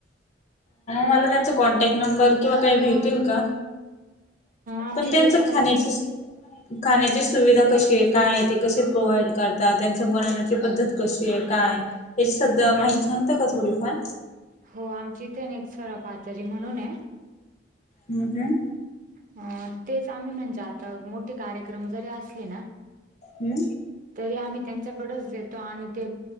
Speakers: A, on the left (about 40°); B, on the right (about 45°).
A: मला त्यांचा कॉन्टॅक्ट नंबर किंवा काही भेटेल का
B: आमची
A: पण
B: इथे
A: त्यांच
B: एक सर
A: खाण्याची खाण्याची सुविधा कशी आहे काय आहे ते कसे प्रोव्हाइड करतात त्यां बनवण्याची पद्धत कशी आहे काय आहे याची सगळ माहिती सांगता का थोडीफार
B: हो आमची इथे ना एक सरफ आचारी म्हणून आहे
A: हम्म हम्
B: अ तेच आम्ही म्हणजे आता मोठ ते कार्यक्रम जरी असले ना
A: हम्म
B: तरी आम्ही त्यांच्याकडेच देतो आणि ते